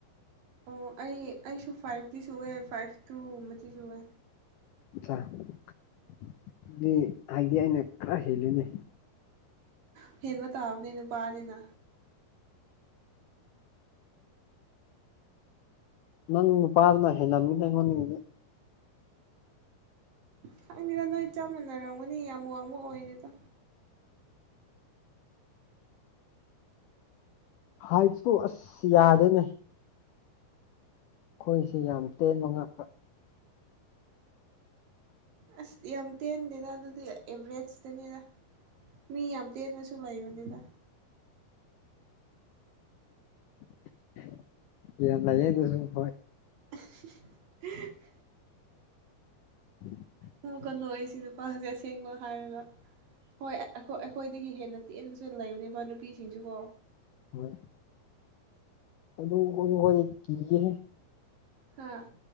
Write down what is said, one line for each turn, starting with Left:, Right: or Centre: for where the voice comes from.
Right: ꯑꯣ ꯑꯩ ꯑꯩꯁꯨ ꯐꯥꯏꯚꯇꯤ ꯁꯨꯋꯦ ꯐꯥꯏꯚ ꯇꯨꯒꯨꯝꯕꯗꯤ ꯁꯨꯋꯦ
Left: ꯑ ꯑꯗꯨꯗꯤ ꯍꯥꯏꯗꯤ ꯑꯩꯅ ꯈꯔ ꯍꯦꯜꯂꯤꯅꯦ
Right: ꯎ ꯍꯦꯟꯕ ꯇꯥꯕꯅꯦ ꯅꯨꯄꯥꯅꯤꯅ
Left: ꯅꯪ ꯅꯨ ꯄꯔꯅ ꯍ ꯅꯃꯤꯣꯟꯅꯤꯡꯦ
Right: ꯈꯪꯉꯦꯗ ꯅꯣꯏ ꯆꯞ ꯃꯥꯟꯅꯔꯝꯒꯅꯤ ꯌꯥꯝ ꯋꯥꯡꯕ ꯑꯣꯏꯗꯦꯗ
Left: ꯍꯥꯏꯁꯨ ꯑꯁ ꯌꯥꯗꯦꯅꯦ ꯑꯩꯈꯣꯏꯁꯤ ꯌꯥꯝ ꯇꯦꯟꯕ ꯉꯥꯛꯇ
Right: ꯑꯁ ꯌꯥꯝ ꯇꯦꯟꯗꯦꯗ ꯑꯗꯨꯗꯤ ꯑꯦꯕꯔꯦꯖꯇꯅꯤꯗ ꯃꯤ ꯌꯥꯝ ꯇꯦꯟꯕꯁꯨ ꯂꯩꯕꯅꯤꯗ
Left: <inaudible> ꯌꯥꯝ ꯂꯩꯌꯦ ꯗꯨꯁꯨ ꯍꯣꯏ
Right: <unintelligible>
Left: <unintelligible>
Right: <inaudible> ꯑꯩꯁꯤ ꯅꯨꯄꯥꯁꯦ ꯑꯁꯦꯡꯕ ꯍꯥꯏꯔꯒ ꯍꯣꯏ ꯑꯩꯈꯣꯏ ꯑꯩꯈꯣꯏꯗꯒꯤ ꯍꯦꯟꯅ ꯇꯦꯟꯕꯁꯨ ꯂꯩꯕꯅꯦꯕ ꯅꯨꯄꯤꯁꯤꯡꯁꯨꯀꯣ
Left: ꯍꯣꯏ ꯑꯗꯨ ꯍ ꯍꯣꯏ ꯀꯤꯒꯦ
Right: ꯍꯥꯥ